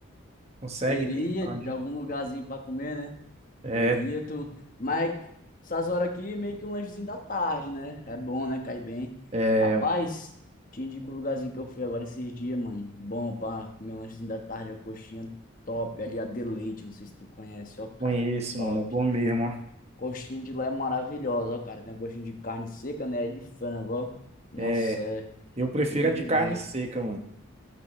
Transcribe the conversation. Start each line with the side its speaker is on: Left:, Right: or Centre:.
Right: consegue?
Left: Teria
Right: me dar,
Left: de
Right: né?
Left: algum lugarzinho pra comer, né?
Right: É,
Left: Teria, tu... Mas essas horas aqui, é meio que um lanchezinho da tarde, né? É bom, né? Cai bem.
Right: é,
Left: Rapaz,
Right: eu
Left: te indico o lugarzinho que eu fui agora esses dias, mano. Bom pra comer um lanchezinho da tarde, a coxinha top. Ali a Deleite, não sei se tu conhece, ó, cara,
Right: conheço,
Left: top.
Right: mano. É bom mesmo, ó.
Left: Coxinha de lá é maravilhosa, ó, cara. Tem uma coxinha de carne seca, né? E de frango, ó. Nossa,
Right: É,
Left: é
Right: eu prefiro
Left: tudo
Right: a
Left: de
Right: de carne
Left: bom.
Right: seca, mano.